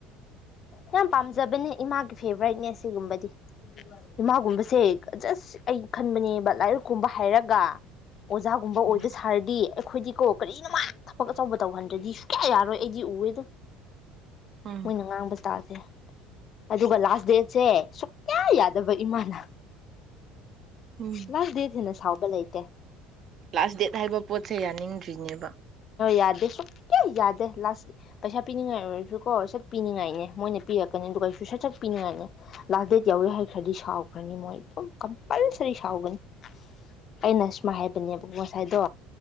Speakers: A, on the left (about 40°); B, on the right (about 40°).
A: ꯌꯥꯝ ꯄꯥꯝꯖꯕꯅꯦ ꯏꯃꯥꯒꯤ ꯐꯦꯚꯣꯔꯥꯏꯠꯅꯦꯁ ꯁꯤꯒꯨꯝꯕꯗꯤ ꯏꯃꯥꯒꯨꯝꯕꯁꯦ ꯖꯁ ꯑꯩ ꯈꯟꯕꯅꯦꯕ ꯂꯥꯏꯔꯤꯛꯀꯨꯝꯕ ꯍꯥꯏꯔꯒ ꯑꯣꯖꯥꯒꯨꯝꯕ ꯑꯣꯏꯕ
B: ꯎꯝ
A: ꯍꯥꯏꯔꯗꯤ ꯑꯩꯈꯣꯏꯗꯤ ꯀꯣ ꯀꯔꯤꯅꯣ ꯃꯥ ꯊꯕꯛ ꯑꯆꯧꯕ ꯇꯧꯍꯟꯗ꯭ꯔꯗꯤ ꯁꯨꯡ ꯀꯌꯥ ꯌꯥꯔꯣꯏ ꯑꯩꯗꯤ ꯎꯋꯦꯗꯣ
B: ꯎꯝ
A: ꯃꯣꯏꯅ ꯉꯥꯡꯕ ꯆꯥꯦ ꯑꯗꯨꯒ ꯂꯥꯁ ꯗꯦꯠꯁꯦ ꯁꯨꯌꯥ ꯌꯥꯗꯕ ꯏꯃꯥꯅ
B: ꯎꯝ
A: ꯂꯥꯁ ꯗꯦꯁꯤꯦꯅ ꯁꯥꯎꯕ ꯂꯩꯇꯦ
B: ꯂꯥꯁ ꯗꯦꯠ ꯍꯥꯏꯕ ꯄꯣꯠꯁꯦ ꯌꯥꯅꯤꯡꯗ꯭ꯔꯤꯅꯦꯕ
A: ꯌꯥꯗꯦ ꯁꯨꯡꯛꯀꯤꯌꯥ ꯌꯥꯗꯦ ꯂꯥꯁ ꯄꯩꯁꯥ ꯄꯤꯅꯤꯡꯉꯥꯏ ꯑꯣꯏꯔꯁꯨꯀꯣ ꯁꯠ ꯄꯤꯅꯤꯡꯉꯥꯏꯅꯦ ꯃꯣꯏꯅ ꯄꯤꯔꯛꯀꯅꯤ ꯑꯗꯨꯒ ꯑꯩꯁꯨ ꯁꯠ ꯁꯠ ꯄꯤꯅꯤꯡꯉꯥꯏꯅꯦ ꯂꯥꯁ ꯗꯦꯠ ꯌꯥꯎꯋꯦ ꯍꯥꯏꯈ꯭ꯔꯗꯤ ꯁꯥꯎꯈ꯭ꯔꯅꯤ ꯃꯣꯏ ꯑꯗꯨꯝ ꯀꯝꯄꯜꯁꯔꯤ ꯁꯥꯎꯒꯅꯤ ꯑꯩꯅ ꯁꯨꯃꯥꯏ ꯍꯥꯏꯕꯅꯦꯕꯀꯣ ꯉꯁꯥꯏꯗꯣ